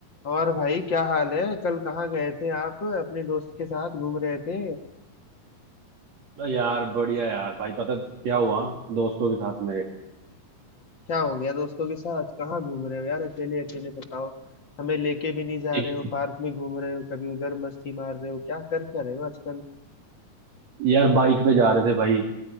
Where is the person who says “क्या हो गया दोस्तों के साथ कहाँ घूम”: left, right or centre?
Left